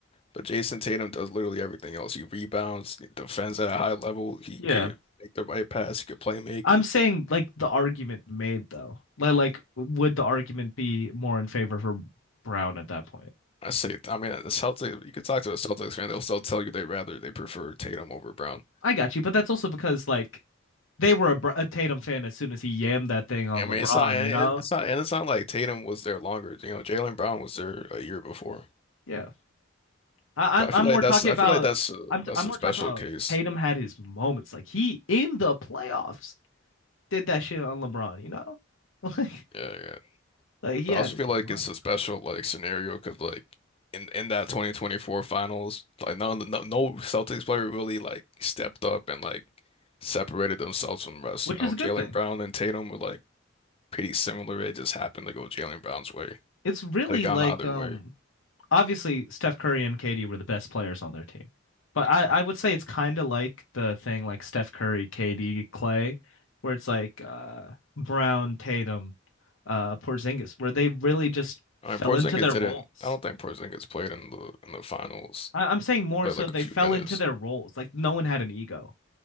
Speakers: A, on the left; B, on the left.
A: but Jason Tatum does literally everything else. He rebounds, he defends at a high level. He
B: Yeah.
A: could make the right pass. He could play make.
B: I'm saying like the argument made though. Like, like would the argument be more in favor for Brown at that point?
A: I say, I mean, the Celtics. You could talk to a Celtics fan; they'll still tell you they rather they prefer Tatum over Brown.
B: I got you, but that's also because like they were a, Br- a Tatum fan as soon as he yammed that thing on
A: I mean,
B: LeBron,
A: it's not, and
B: you know?
A: and it's not, and it's not like Tatum was there longer. You know, Jalen Brown was there a year before.
B: Yeah. I,
A: But
B: I'm
A: I
B: I'm
A: feel
B: more
A: like that's,
B: talking
A: I
B: about
A: feel like that's, a,
B: I'm
A: that's
B: i I'm
A: a
B: more
A: special
B: talking about
A: case.
B: Tatum had his moments. Like he in the playoffs did that shit on LeBron, you know? <laughs> Like
A: Yeah, yeah.
B: like he
A: But
B: had
A: I also
B: his
A: feel like
B: moments,
A: it's a special like scenario because like in in that 2024 finals, like none no no Celtics player really like stepped up and like separated themselves from the rest.
B: which
A: You know,
B: is a good
A: Jaylen
B: thing.
A: Brown and Tatum were like pretty similar. It just happened to go Jaylen Brown's way. Had
B: It's really
A: it had gone
B: like
A: either
B: um
A: way.
B: obviously Steph Curry and KD were the best players on their team. But I, I would say it's kind of like the thing like Steph Curry, KD, Clay, where it's like uh, Brown, Tatum, uh, Porzingis, where they really just
A: I
B: fell
A: mean, Porzingis
B: into their
A: didn't.
B: roles.
A: I don't think Porzingis played in the in the finals.
B: I, I'm saying more
A: He played
B: so
A: like
B: they
A: a few
B: fell
A: minutes.
B: into their roles. Like no one had an ego.